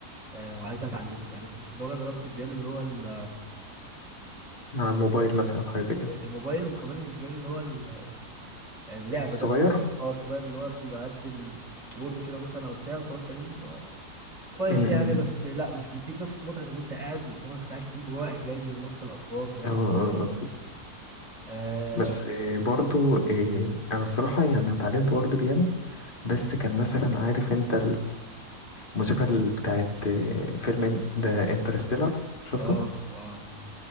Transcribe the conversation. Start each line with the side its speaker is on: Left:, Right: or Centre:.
Right: آه وعايز اتعلمه يعني كنت مره جربت البيانو اللي هو ال-
Left: على الموبايل مثلا حاجه زي كده
Right: آه، الموبايل وكمان البيانو اللي هو ال- اللعبه
Left: الصغير
Right: ده اه الصغير اللي هو بيبقى قد الكيبورد كده مثلا او بتاع تقعد تعمل هو كويس
Left: امم إمم،
Right: يعني
Left: إمم.
Right: بس لا مش بيديك نفس متعه ان انت قاعد وقدامك بتاع كبير ورايح جاي ونفس الاصوات ونفس
Left: اه آه،
Right: الكواليتي
Left: آه. آه.
Right: آه
Left: بس آه، برضو آه، انا الصراحه يعني أنا اتعلمت برضو بيانو بس كان مثلا عارف انت الموسيقى ال- بتاعت آه، فيلم إن- ده انترستيلر شفته
Right: اه اه